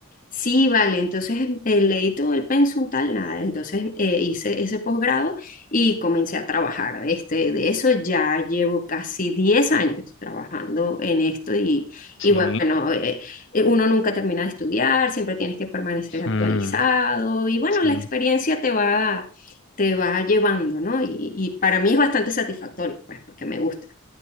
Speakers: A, on the left; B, on the left.
A: Sí, vale, entonces eh, leí todo el pensum tal, nada, entonces eh, hice ese posgrado y comencé a trabajar de, este, de eso, ya llevo casi 10 años trabajando en esto y,
B: Sí,
A: y bueno, eh, eh, uno nunca termina de estudiar, siempre tienes que permanecer actualizado
B: mm,
A: y bueno,
B: sí.
A: la experiencia te va, te va llevando, ¿no? Y, y para mí es bastante satisfactorio, pues, porque me gusta.